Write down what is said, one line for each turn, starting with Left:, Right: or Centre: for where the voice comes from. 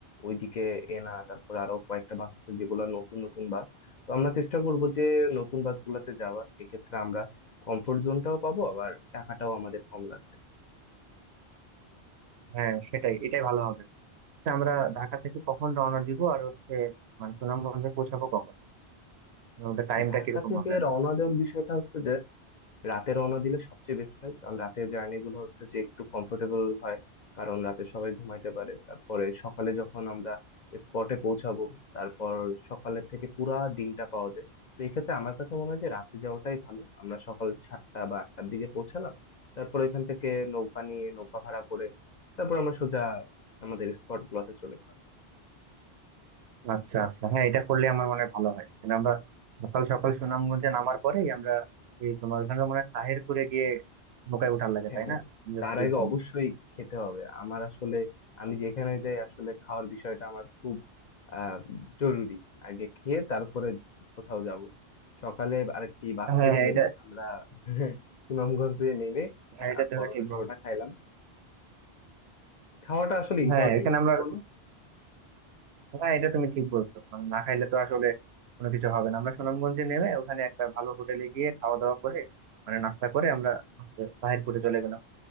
Left: ওইদিকে এনা তারপর আরো কয়েকটা বাস আছে যেগুলো নতুন নতুন বাস তো আমরা চেষ্টা করব যে নতুন বাসগুলোতে যাওয়ার এক্ষেত্রে আমরা কমফোর্ট জোনটাও পাবো আবার টাকাটাও আমাদের কম লাগবে
Right: হ্যাঁ সেটাই এটাই ভালো হবে আচ্ছা আমরা ঢাকা থেকে কখন রওনা দিব আর হচ্ছে মানে সুনামগঞ্জে পৌঁছাবো কখন ওদের টাইমটা
Left: ঢাকা
Right: কিরকম
Left: থেকে
Right: হবে আসলে
Left: রওনা দেওয়ার বিষয়টা হচ্ছে রাতে রওনা দিলে সবচেয়ে বেস্ট হয় কারণ রাতের জার্নি গুলো হচ্ছে যে একটু কমফোর্টেবল হয় কারণ রাতে সবাই ঘুমাইতে পারে তারপরে সকালে যখন আমরা স্পটে পৌঁছাবো তারপর সকালের থেকে পুরা দিনটা পাওয়া যায় তো এক্ষেত্রে আমার কাছে মনে হয় যে রাতে যাওয়াটাই ভালো আমরা সকাল সাতটা বা আটটার দিকে পৌঁছালাম তারপর এখান থেকে নৌকা নিয়ে নৌকা ভাড়া করে তারপর আমরা সোজা আমাদের স্পট গুলোতে চলে গেলাম
Right: আচ্ছা আচ্ছা হ্যাঁ এটা করলে আমার মনে হয় ভালো হয় মানে আমরা সকাল সকাল সুনামগঞ্জে নামার পরেই আমরা এই তোমার ওখানে মনে হয় তাহিরপুরে গিয়ে নৌকায় উঠার লাগে
Left: হ্যাঁ
Right: তাই না আমি যতদূর
Left: তার আগে
Right: জানি
Left: অবশ্যই খেতে হবে আমার আসলে আমি যেখানে যাই আসলে খাওয়ার বিষয়টা আমার খুব আহ জরুরি আগে খেয়ে তারপরে কোথাও যাব সকালে আর কি বাস
Right: হ্যাঁ হ্যাঁ
Left: থেকে নেমে
Right: এটা
Left: আমরা সুনামগঞ্জে নেমে খা-
Right: হ্যাঁ এটা তুমি
Left: পরোটা
Right: ঠিক
Left: টরোটা
Right: বলছো
Left: খাইলাম খাওয়াটা আসলে ইম্পর্টেন্ট
Right: হ্যাঁ এখানে
Left: তাই
Right: আমরা
Left: না বলো
Right: হ্যাঁ এটা তুমি ঠিক বলছো মানে না খাইলে তো আসলে কোনো কিছু হবে না আমরা সুনামগঞ্জে নেমে ওখানে একটা ভালো হোটেলে গিয়ে খাওয়া দাওয়া করে মানে নাস্তা করে আমরা হচ্ছে বাহিরপুরে চলে গেলাম